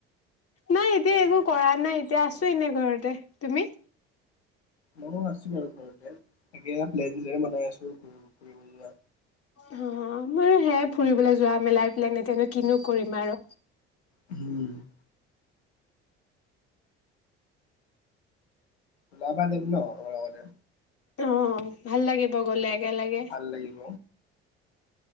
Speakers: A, on the left; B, on the left.
A: নাই, এতিয়া একো কৰা নাই, এতিয়া আছো এনে ঘৰতে তুমি?
B: মই আছোঁ আৰু ঘৰত। <inaudible> তাকে এয়া <inaudible> বনাই আছো ঘূৰিব ফুৰিব যোৱা।
A: হ ', ময়ো হেয়া ফুৰিবলৈ যোৱা মেলাই প্লেন এতিয়াানো কিনো কৰিম আৰু।
B: উম। <unintelligible> বাম আনিম ন? লগতে?
A: অ', ভাল লাগিব গ'লে। একেলগে
B: ভাল লাগিব।